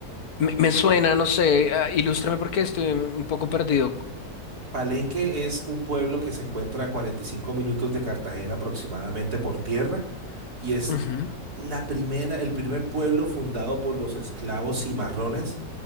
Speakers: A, on the left; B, on the right.
A: Me, me suena, no sé, ah, ilústrame porque estoy un poco perdido.
B: Palenque es un pueblo que se encuentra a 45 minutos de Cartagena aproximadamente por tierra y es
A: Ujú,
B: la primera, el primer pueblo fundado por los esclavos cimarrones